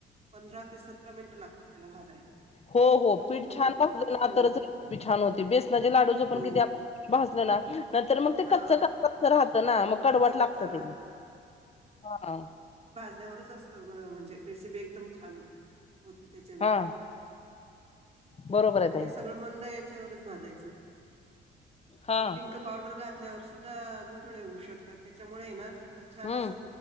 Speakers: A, on the right; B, on the left.
A: पंधरा ते सतरा मिनिट लागतात त्याला भाजायला.
B: हो हो
A: तोपर्यंत
B: पीठ छान
A: ते
B: भाजल ना
A: हम्म
B: तर च रेसिपी छान होते बेसनाचे लाडूच
A: हो
B: पण किती आपण भाज लना नंतर मग ते
A: हा
B: कच्च कच राहत ना मग
A: कच्च
B: कडवट
A: कच्च
B: लागत
A: राहत
B: ते हा
A: भाजन्यावरच असतं म्हणजे रेसिपी एकदम छान होते तेच्याने
B: हा बरोबर आहे
A: आणि
B: ताई
A: ते सगळं मंद आ चे वरच भाजायच.
B: हा
A: आणि डिंक पावडर घात ल्यावर सुद्धा गुठ ळ्या होऊ शकतात तेच्यामुळे ना छान
B: हम्म
A: आसं